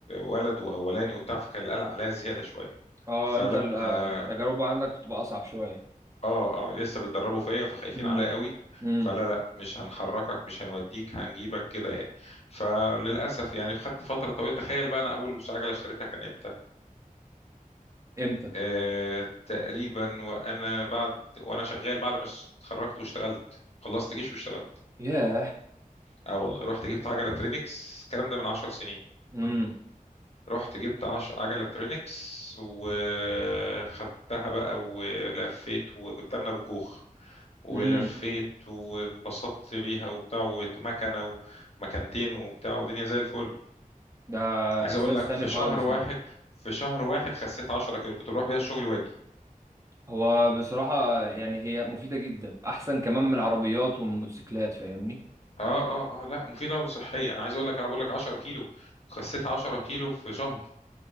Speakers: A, on the left; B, on the right.
A: وولد واولاني وبتاع فكان القلق عليا زياده شويه
B: اه
A: فلا
B: انت ال- آه،
A: آه،
B: التجربه عندك بتبقى اصعب شويه
A: اه اه لسه بتدربوا فيا فخايفين
B: امم
A: عليا قوي
B: امم
A: فلا لا مش هنحركك مش هنوديك هنجيبك كده يعني فللاسف يعني خدت فتره طويله تخيل بقى انا اول عجله اشتريتها كان امتى
B: امتى
A: آه تقريبا وانا بعد وانا شغال بعد ما اتخرجت واشتغلت خلصت جيش واشتغلت
B: ياه
A: اه والله رحت جبت عجله ترينكس الكلام ده من عشر سنين
B: امم
A: رحت جبت عش... عجله ترينكس وخدتها بقى ولفيت وجبتها من ابو جوخ ولفيت
B: امم
A: وانبسطت بيها وبتاع ومكنة ومكانتين وبتاع ودنيا زي الفل
B: ده
A: عايز
B: احساس
A: اقول لك
B: تاني
A: في
B: خالص
A: شهر واحد
B: ده
A: في شهر واحد خسيت 10 كيلو كنت بروح بيها الشغل واجي
B: هو بصراحة يعني هي مفيدة جدا احسن كمان من العربيات والموتوسيكلات فاهمني
A: اه اه اه لا مفيدة وصحية انا عايز اقول لك انا بقول لك 10 كيلو خسيت 10 كيلو في شهر